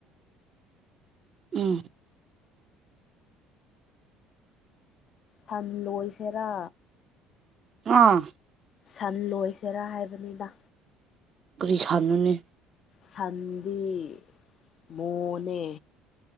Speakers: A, on the right; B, on the left.
A: ꯎꯝ <unintelligible>
B: ꯊꯝꯂꯣꯏꯁꯤꯦꯔꯥ
A: ꯑꯥ
B: ꯁꯝ ꯂꯣꯏꯁꯤꯦꯔꯥ ꯍꯥꯏꯕꯅꯤꯗ
A: ꯄꯨꯔꯤ ꯈꯥꯟꯨꯅꯤ
B: ꯁꯟꯗꯤꯤ ꯃꯣꯅ